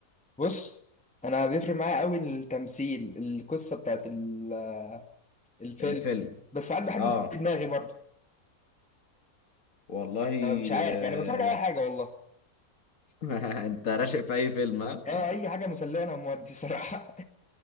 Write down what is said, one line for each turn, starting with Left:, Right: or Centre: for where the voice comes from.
Centre: بص انا بيفرق معايا قوي التمثيل القصه بتاعت ال- الفيلم
Left: الفيلم
Centre: بس ساعات بحب
Left: اه
Centre: افكر في دماغي برضه
Left: والله
Centre: فمش عارف
Left: آه،
Centre: يعني بتفرج على اي حاجه والله
Left: <laughs> انت راشق في اي فيلم ها
Centre: اه اي حاجه مسليه انا مودي صراحه